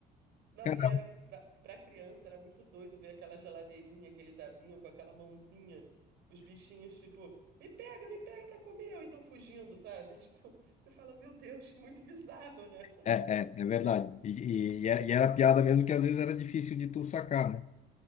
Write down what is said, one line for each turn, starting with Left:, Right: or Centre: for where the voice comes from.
Right: Não,
Left: Cara,
Right: e era pra, pra criança era muito doido ver aquela geladeirinha que eles abriam com aquela mãozinha, os bichinhos, tipo, me pega, me pega pra comer, ou então fugindo, sabe? <laughs> Tipo, você fala, meu Deus, <laughs> muito bizarro, né?
Left: é, é, é verdade. E, e, e é- e era piada mesmo que às vezes era difícil de tu sacar, né?